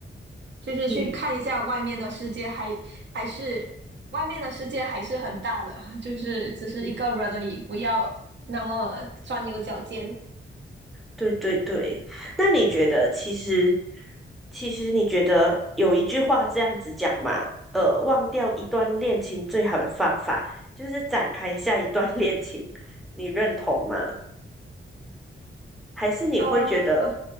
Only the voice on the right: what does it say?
就是去看一下外面的世界还，
还是外面的世界还是很大的，<laughs> 就是只是一个人而已，不要那么钻牛角尖。
呃，哦